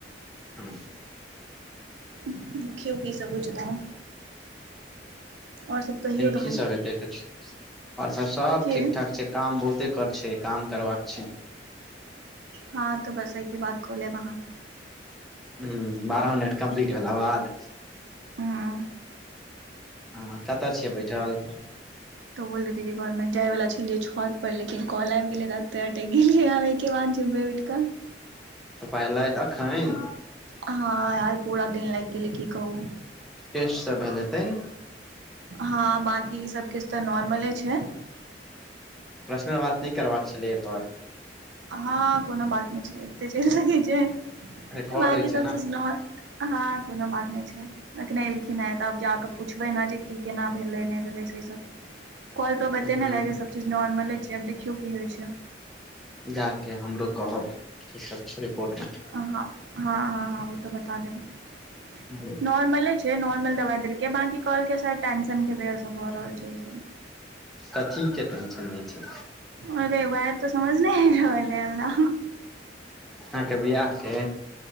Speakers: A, in the centre; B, on the right (about 75°).
A: ह
B: देखियौ की सभ होइ छै तहन आओर सभ कहियौ तहन।
A: की सब हेतै आओर सभ
B: की
A: ठीक ठाक छै काम बहुते कर छै काम करबाका छै।
B: हँ तऽ बस एकी बाद क लेब अहाँ।
A: ह बारह मिनट कम्प्लीट भेलला बाद।
B: ह
A: हँ कतय छियै बैठल।
B: तो बोलेी घर मे जाय वाला छलियै छत पर लेकिन कल आबि गेले ते गेलिय आब। केवाज जिमबैटिका।
A: त पाय लएत अखैन।
B: हँ यार पूरा दिन लागि गेल की कहू।
A: टेस्ट सभ भेल हेतैन।
B: हँ बकी ई सभ किछ तऽ नॉर्मले छै।
A: प्रर्शनल बात न करबाक छलै पर।
B: ह कोनो बात नहि छै एते चल सी छै
A: रिकॉर्ड
B: बाकी
A: होइ छै
B: सभ
A: ने
B: चीज हँ कोनो बात नहि छै। कने एलखिन हे तऽब जाकऽ पुछबै ने जे की केना भेलै नहि भेलै से सभ कॉल पर बतेने
A: ह
B: रहे जे सभ चीज नोर्मले छै अब देखियौ की होइ छै
A: जाके हम कहब की सभ छै रिपोर्ट मे
B: हँ ह ह ओ तऽ बता देब
A: मे
B: नॉर्मले छै नॉर्मल दवाइ देलके। के बांकी कहलकई शायद टेंशन के वजह से भऽ रहल छै इ सभ
A: कथी के टेंशन होय छै।
B: अरे वेह तऽ समझ नहि रहले हमरा
A: अहाके बिआहके